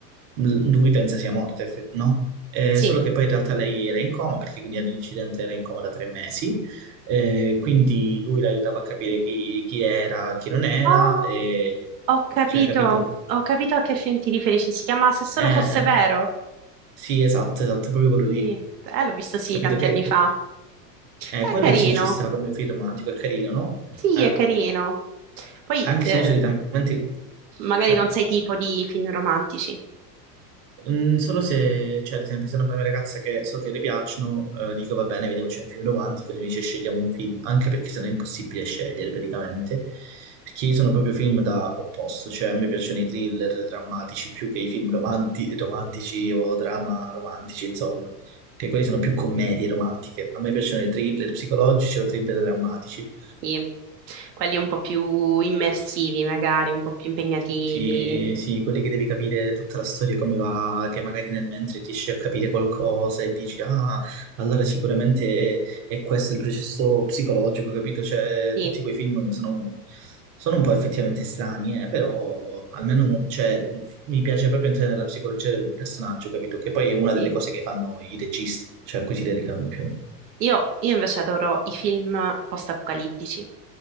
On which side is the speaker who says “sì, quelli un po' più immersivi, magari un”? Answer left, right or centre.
Right